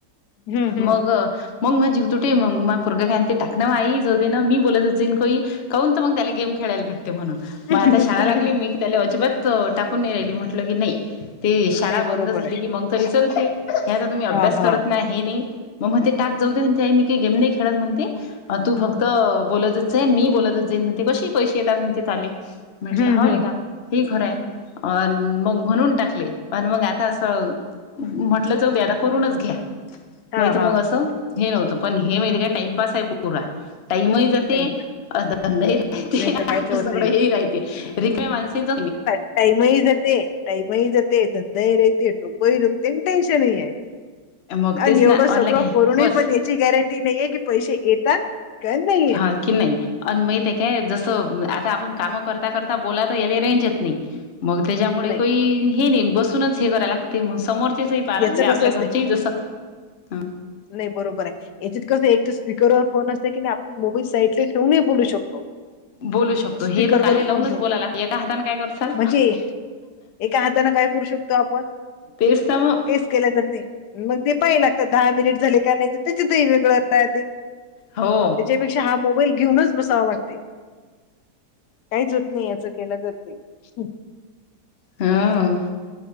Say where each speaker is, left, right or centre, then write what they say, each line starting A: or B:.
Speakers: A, on the left; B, on the left.
A: हम्म
B: मग
A: हम्म
B: मग मग जिवतुे मग फुगा खायनते टाकं आही जाऊ दे ना मी बोलत होतेेन काही <unintelligible> काऊून तर मग त्याला गेम खेळायला भेटते म्हणून.
A: हम्म
B: मग आता शाळा लागली मी की त्याला अजिबात टाकून न राहिली म्हटल की नाही. ते शाळा
A: नाही बरोबर
B: बंद झाली
A: आहे
B: की मग तरी चलते ह्याचा तुम्ही अभ्यास
A: हा हा
B: करत नाही. हे नाही मग मग ते टाक जाऊते ते आई मी काही गेम नाही खेळत म्हणते तू
A: हम्म
B: फक्त बोत. सन मी बोलतच जाईन म्हणते कसे पैसे येतात म्ह ते ले
A: हम्म
B: म्हंटलं हवले
A: हम्म हम्म.
B: का. ही खरं अ मग म्हणून टाकली. आणि मग आता असं म्हटलं जाऊ दे आता करूनच घ्या
A: हा
B: नाही तर
A: हा
B: मग असं हे नव्हतं पण हे माहितीे काय टाइमपास आहे पुरा टाईमही जात ते
A: टाइम
B: <unintelligible> <inaudible> धंदही राहते
A: नाही तर काय
B: आपलं
A: तर होतंय
B: सगळं हे राहते रिक्या माणसच
A: टाइम ह जते टाईम ह जात धंदे रहते डोक ह ुकते टेनशन ह आहे.
B: मग
A: आणि
B: तेच
A: एवढं
B: ना ऑनलाईन
A: सगळं करूनही
B: बस
A: पण याची गॅरंटी नाहीये की पैसे येतात का नाही. येत.
B: हा की नाही अ माहित आहेे काय जसं आता आपण काम करता करता बोलात या थ रेंज येत नाही मग त्याच्या मुळे
A: नाही.
B: की ही नाय बसून च हे करायल लागत मग समोरचेले. <unintelligible> पार
A: याचं
B: लागते आपल्या
A: कसं
B: घरचे जस ह.
A: नाय बरोबर हाय. याच्यात कसं एक स्पीकरवर फोन असते की नाही आपण मोबाईल साईटले ठेवूनही बोलू शकतो.
B: बोलू शकतो
A: स्पीकरवर
B: हे तर काले लावूनच
A: फोन ठेवून
B: बोलायलाग एका हाताान काय करसाल.
A: म्हणजे एका हाताानं काय करू शकतो आपण.
B: तेसता म.
A: काहीच केल्या जाते मग जे पाहाय लागतात दहा मिनिट झाले का नाही त्याच तेही वेगळं राहते.
B: हो
A: म्हणजे हा मोबाईल घेऊनच बसावा लागते काहीच होत नाही याच केलं जात नाही. अ् <unintelligible>
B: हा